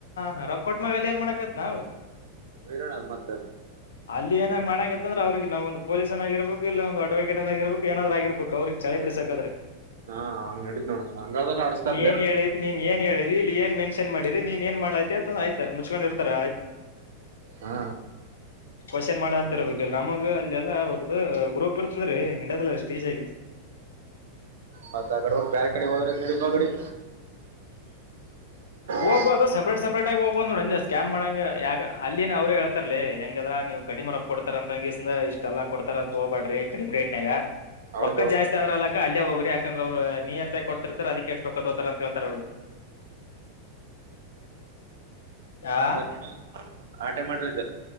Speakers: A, on the left; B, on the right.
A: ಹಾ ರೊಕ್ಕೊಟ್ ಮಾಗ ಅಲ್ಲಿ ಏನ್ ಮಾಡಕಾದ್ ನಾವು
B: <unintelligible> ಮತ್ತ
A: ಅಲ್ಲಿ ಏನ ಮಾಡಂಗತ್ತಂದ್ರೆ ಅವ್ರಿಗೆ ನಾವು ಒಂದು ಪೋಲೀಸನ್ ಆಗಿರ್ಬೇಕು ಇಲ್ಲ ಒಂದು ಅಡ್ವಕಟ್ನ್ ಆಗಿರ್ಬೇಕ ಏನಾದ್ ಆಗರ್ಬೇಕ ಅವ್ರಿಗೆ ಚಳಿ ಬಿಡ ಸಾಕಾದ್ರೆ
B: ಹಾ ಹಂಗ್ ನೆಡಿತ್ ನೋಡ್ ಹಂಗಾದ್ರೆ ನೆಡುಸುತರ್ಲೆ.
A: ಏನ್ ಹೇಳಿದ್ ನೀನ್ ಏನ್ ಹೇಳಿದಿ ಇಲ್ಲಿ ಏನ್ ಮೆನ್ಷನ್ ಮಾಡಿ ದಿ ನೀನ್ ನ್ ಮಾಡತ್ತಿ ಅ ಆಯ್ತಾ ಮುಚ್ಕೊಂಡ ಇರ್ತಾರ ಆಯತ್
B: ಹಾ
A: ಕ್ವಶನ್ ಮಾಡಂತ ಇರ್ಬೇಕು ನಮಗು ಅಲ್ಲಿ ಎಲ್ಲಾ ಅವರದ್ದು ಗ್ರೂಪ್ ಇರ್ತದ್ ರಿ ನಡದ ಸ್ಟೇಜ್ ಅಲ್ಲಿ.
B: ಮತ್ತ ಆ ಕಡೆ ಒಟ್ಟು ಬ್ಯರೆ ಕಡೆ ಹೋದ್ರ ಮಗಡಿ <unintelligible>
A: ಇ ಅದು ಸಪ್ರೇಟ್ ಸಪ್ರೇಟ್ ಆಗ ಹೋಗಬೋ ನೋ ಸ್ಕಾಮ್ ಮಾಡಂಗೆ ಯಕ ಅಲ್ಲಿನ ಅವ್ರು ಹೇಳ್ತರ್ಲಿ ಹೆಂಗದ್ರ ನೀವು ಗಡಿ ಮರಕ್ ಕೊಡ್ -- ತ ಅಂತ ಅಂಗಸ ಇಷ್ಟೆಲ್ಲಾ ಕೊಡ್ತಾರ ಅಂತ ಹೋಗಬಾಡ್ರಿ ಕಡಿಮಿ ರೇಟ್ ನ್ಯಾಗ.
B: ಹೌದೌದು
A: ರೊಕ್ಕ ಜಾಸ್ತಿ ಆದ್ರ ಅಲಕ ಅಲ್ಲೆ ಹೋಗ್ರಿ ಯಾಕಂದ್ರ ಅವ್ರು ನೀಯತಾಗ್ ಕೊಡ್ತಿರ್ತಾರೆ ಅದಕ್ಕೆ ಅಷ್ಟ ರೊಕ್ಕ ತಗೋತಾರೆ ಅಂತ ಹೇಳ್ತರ್ ಅವ್ರು. ಹಾ
B: ಒಂದಾರ ನೋಡ ಆಟೆ ಮಾಡ್ರತೆ